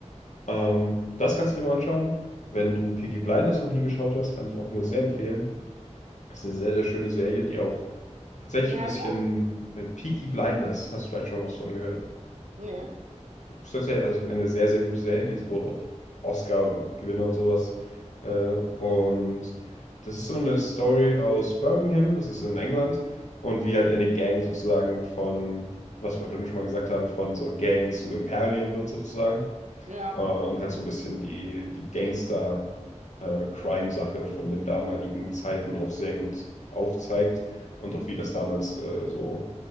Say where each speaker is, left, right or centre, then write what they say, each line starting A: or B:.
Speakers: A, on the left (about 75°); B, on the right (about 80°).
A: Ähm, das kannst du dir mal anschauen. Wenn du Peaky Blinders noch nie geschaut hast, kann ich auch nur sehr empfehlen. Das ist eine sehr, sehr schöne Serie, die auch tatsächlich
B: Wie
A: ein
B: heißt
A: bisschen
B: er?
A: äh, Peaky Blinders, hast du vielleicht schon mal was von gehört
B: Nee.
A: tatsächlich also eine sehr, sehr gute Serie. Die wurde auch Oscar-Gewinner und sowas. Äh, und das ist so eine Story aus Birmingham, das ist in England. Und wie halt eine Gang sozusagen von, was wir schon mal gesagt haben, von so Gang zu Imperium wird sozusagen.
B: Ja.
A: Äh, und halt so ein bisschen die, die Gangster- äh, Crime-Sache von den damaligen Zeiten auch sehr gut aufzeigt und auch wie das damals äh, so